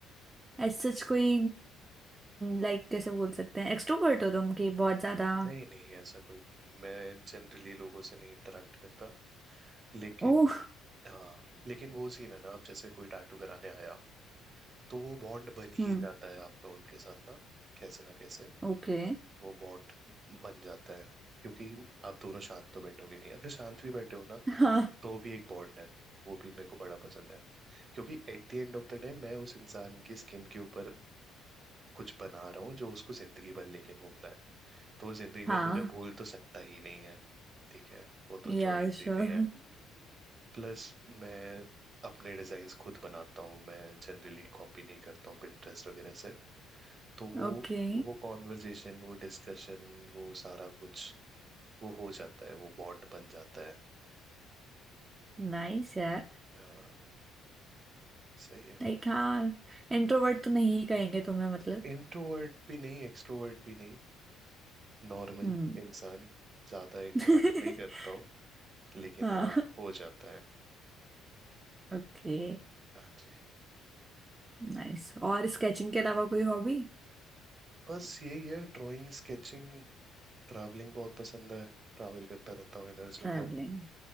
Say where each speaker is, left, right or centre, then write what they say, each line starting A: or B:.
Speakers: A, on the right; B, on the right.
A: एज सच कोई लाइक कैसे बोल सकते हैं एक्सट्रोवर्ट हो तुम कि बहुत ज्यादा
B: नहीं नहीं ऐसा कोई मैं जनरली लोगों से नहीं इंटरेक्ट करता लेकिन
A: ओह
B: हाँ लेकिन वो सीन है ना अब जैसे कोई टैटू कराने आया तो वो बॉन्ड बन ही
A: हम्म
B: जाता है आपका उनके साथ ना कैसे ना कैसे
A: ओके
B: वो बॉन्ड बन जाता है क्योंकि आप दोनों शांत तो बैठोगे नहीं अगर शांत भी बैठे हो ना
A: हाँ
B: तो भी एक बॉन्ड है वो भी मेरे को बड़ा पसंद है क्योंकि at the end of the day मैं उस इंसान की स्किन के ऊपर कुछ बना रहा हूँ जो उसको जिंदगी भर लेके घूमना है तो वो जिंदगी भर
A: हाँ
B: मुझे भूल तो सकता ही नहीं है ठीक है वो तो
A: Yeah
B: चॉइस
A: sure
B: ही नहीं है प्लस मैं अपने डिजाइन्स खुद बनाता हूँ मैं जनरली कॉपी नहीं करता हूँ Pinterest वगैरह से तो वो
A: ओके
B: वो कॉन्वर्जेशन वो डिस्कशन वो सारा कुछ वो हो जाता है वो बॉन्ड बन जाता है
A: नाइस <laughs> यार
B: हाँ सही है वो
A: लाइक हाँ इंट्रोवर्ट तो नहीं ही कहेंगे तुम्हें मतलब
B: इंट्रोवर्ट भी नहीं एक्सट्रोवर्ट भी नहीं नॉर्मल
A: हम्म
B: इंसान ज्यादा इंटरेक्ट
A: <laughs>
B: नहीं करता हूँ लेकिन
A: हाँ
B: हाँ हो जाता है
A: ओके
B: हाँ जी
A: नाइस और स्केचिंग के अलावा कोई हॉबी
B: बस यही है ड्राइंग स्केचिंग ट्रैवलिंग बहुत पसंद है ट्रैवल करता रहता हूँ इधर से
A: ट्रैवलिंग
B: उधर